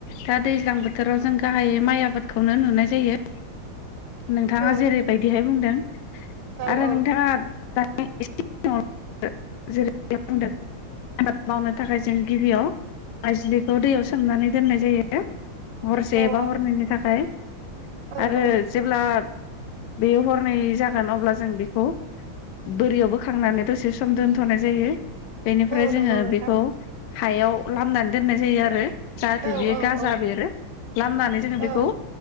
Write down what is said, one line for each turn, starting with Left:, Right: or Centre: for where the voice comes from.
Left: दा दैज्लां बोथोराव जों गाहायै माइ आबादखौनो नुनाय जायो नोंथाङा
Right: औ
Left: जेरैबायदिहाय बुंदों आरो
Right: औ औ
Left: नोंथाङा <unintelligible> आबाद मावनो थाखाय जों गिबियाव आाइज्लिखौ दैयाव सोमनानै दोननाय जायो हरसे
Right: औ
Left: एबा हरनैनि थाखाय
Right: औ
Left: आरो
Right: औ
Left: जेब्ला बे हरनै जागोन अब्ला जों बेखौ बोरियाव बोखांनानै दसे एसे सम दोनथ'नाय जायो बेनिफ्राय
Right: औ
Left: जोङो
Right: नंगौ नोंथां
Left: बेखौ हायाव लामनानै दोननाय जायो आरो जाहाथे
Right: औ
Left: बेयो
Right: औ
Left: गाजा
Right: औ
Left: बेरो लामनानै जोङो
Right: औ
Left: बेखौ